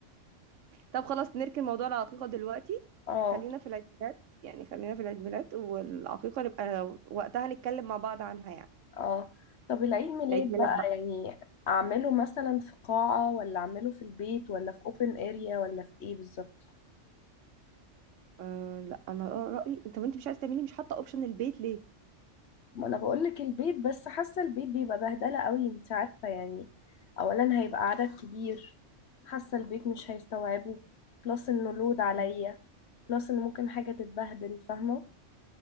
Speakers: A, on the right (about 80°); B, on the left (about 65°).
A: طب خلاص نركن موضوع العقيقه دلوقتي
B: اه
A: خلينا في العيد ميلاد يعني خلينا في العيد ميلاد والعقيقه نبقى وقتها نتكلم مع بعض عنها يعني
B: اه طب العيد ميلاد
A: العيد ميلاد
B: بقى
A: بقى
B: يعني أعمله مثلا في قاعة ولا أعمله في البيت ولا في open area ولا في إيه بالظبط
A: أه لا انا رايي انت وانت مش عايز تعملي مش حاطه اوبشن البيت ليه
B: ما انا بقول لك البيت بس حاسه البيت بيبقى بهدله قوي انت عارفه يعني اولا هيبقى عدد كبير حاسه البيت مش هيستوعبه بلس انه لود عليا
A: مم.
B: بلس ان ممكن حاجه تتبهدل فاهمه